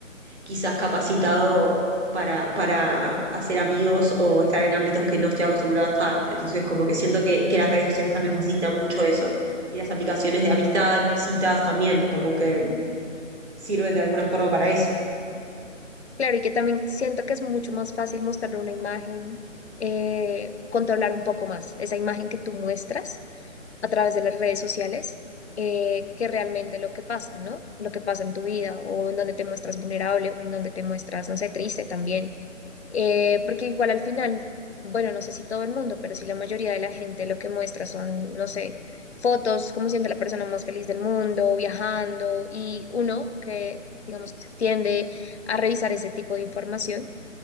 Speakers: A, on the right (about 55°); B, on the left (about 55°).
A: quizás capacitado para, para hacer amigos o estar en ámbitos que no estoy acostumbrado a estar. Entonces, como que siento que, que las redes sociales también facilitan mucho eso. Y las aplicaciones de amistades, de citas también, como que sirven de alguna forma para eso.
B: Claro, y que también siento que es mucho más fácil mostrar una imagen, eh, controlar un poco más esa imagen que tú muestras a través de las redes sociales eh, que realmente lo que pasa, ¿no? Lo que pasa en tu vida o en donde te muestras vulnerable o en donde te muestras, no sé, triste también. Eh, porque igual al final, bueno, no sé si todo el mundo, pero si la mayoría de la gente lo que muestra son, no sé, fotos, cómo siente la persona más feliz del mundo, viajando y uno que, digamos, tiende a revisar ese tipo de información